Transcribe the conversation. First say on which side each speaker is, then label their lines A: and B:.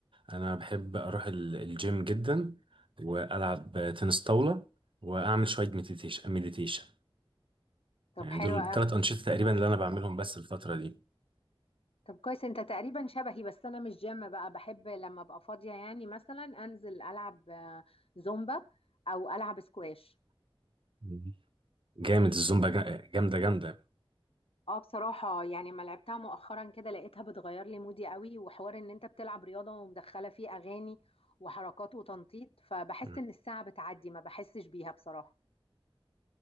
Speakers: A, on the right (about 65°); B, on the left (about 85°).
A: انا بحب اروح ال- الجيم جدا والعب تنس طاوله واعمل شويه مديتيشن مديتيشن
B: طب
A: يعني
B: حلو
A: دول
B: قوي
A: ثلاث انشطه تقريبا اللي انا بعملهم بس الفتره دي
B: طب كويس انت تقريبا شبهي بس انا مش جيم بقى بحب لما ابقى فاضية يعني مثلا انزل العب آه، زومبا او العب سكواش
A: مم. جامد الزومبا جا- جامده جامده
B: اه بصراحة يعني ما لعبتها مؤخرا كده لقيتها بتغير لي مودي قوي وحوار ان انت بتلعب رياضة ومدخلة فيه اغاني وحركات وتنطيط فبحس
A: مم.
B: ان الساعة بتعدي ما بحسش بيها بصراحة